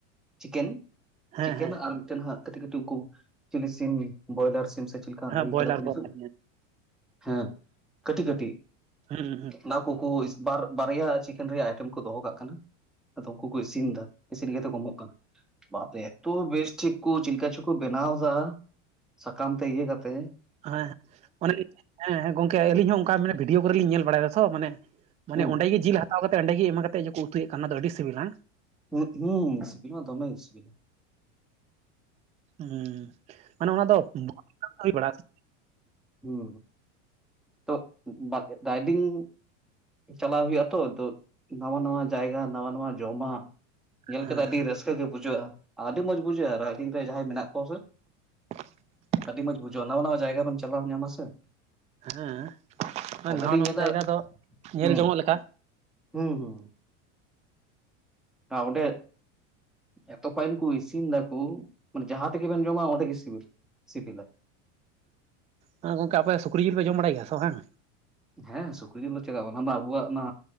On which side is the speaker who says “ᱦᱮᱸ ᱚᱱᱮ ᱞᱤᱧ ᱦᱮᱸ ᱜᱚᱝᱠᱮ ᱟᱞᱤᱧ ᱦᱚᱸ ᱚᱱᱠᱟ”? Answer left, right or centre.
Right